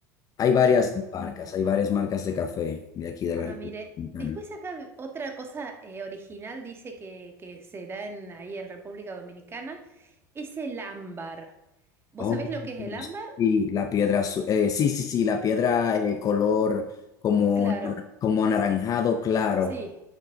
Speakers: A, on the left (about 40°); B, on the right (about 25°).
A: Hay varias
B: Ah,
A: marcas,
B: mire.
A: hay varias marcas de café de aquí de
B: Ah,
A: la República
B: mire.
A: Dominicana.
B: Después acá v- otra cosa eh, original dice que, que se da en, ahí en República Dominicana es el ámbar. ¿Vos
A: Oh,
B: sabés lo que es el ámbar?
A: sí, la piedra azul, eh, sí, sí, sí, la piedra eh, color como,
B: Claro,
A: como anaranjado claro,
B: sí,